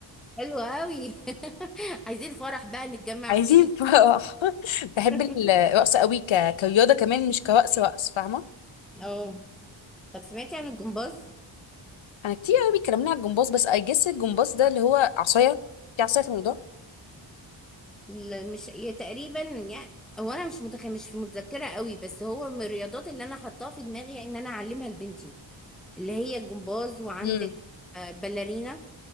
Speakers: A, in the centre; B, on the left.
A: حلو قوي <laughs> عايزين فرح بقى نتجمع
B: عايزين
A: فيه
B: فرح <laughs> بحب
A: <laughs>
B: الرقص قوي ك... كرياضه كمان مش كرقص رقص فاهمه
A: اه طب سمعتي عن الجمباز
B: انا كتير قوي بيتكلمنا على الجمباز بس اي جس الجمباز ده اللي هو عصايه في عصايه في الموضوع
A: لا، مش هي تقريبا يعني هو انا مش متخ... مش متذكره قوي بس هو من الرياضات اللي انا حطاها في دماغي يعني ان انا اعلمها لبنتي اللي هي الجمباز وعندك
B: امم
A: آه، باليرينا